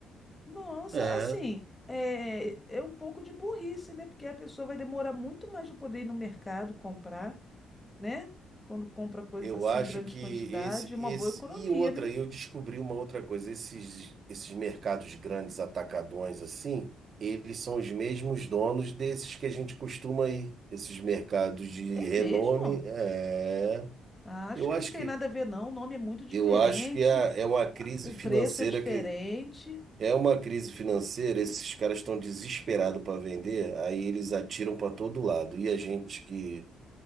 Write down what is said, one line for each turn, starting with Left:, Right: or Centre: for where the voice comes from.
Left: Nossa,
Right: É,
Left: assim, é, é um pouco de burrice, né? Porque a pessoa vai demorar muito mais para poder ir no mercado comprar, né? Quando compra coisas
Right: eu
Left: assim,
Right: acho
Left: em grande
Right: que
Left: quantidade,
Right: esse,
Left: é uma
Right: esse,
Left: boa economia,
Right: e outra,
Left: né?
Right: eu descobri uma outra coisa, esses, esses mercados grandes atacadões assim, eles são os mesmos donos desses que a gente costuma ir, esses mercados de
Left: É
Right: renome,
Left: mesmo?
Right: é.
Left: Ah, acho
Right: Eu
Left: que
Right: acho
Left: não tem
Right: que
Left: nada a ver, não. O nome é muito diferente,
Right: eu acho que é, é uma crise
Left: a- o
Right: financeira
Left: preço é diferente.
Right: que é uma crise financeira, esses caras estão desesperados para vender, aí eles atiram para todo lado. E a gente que